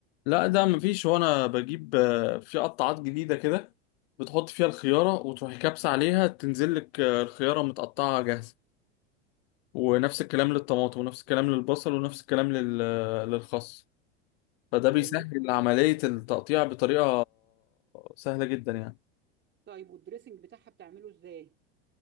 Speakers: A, on the left (about 65°); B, on the right (about 35°).
A: لا ده مفيش هو انا بجيب آه، في قطعات جديدة كده بتحط فيها الخيارة وتروحي كابسة عليها تنزل لك آه، الخيارة متقطعة جاهزة ونفس الكلام للطماطم ونفس الكلام للبصل ونفس الكلام لل... للخس فده
B: طب
A: بيسهل
B: والله
A: عملية التقطيع بطريقة سهلة جدا يعني
B: طيب والدريسنج بتاعها بتعمله ازاي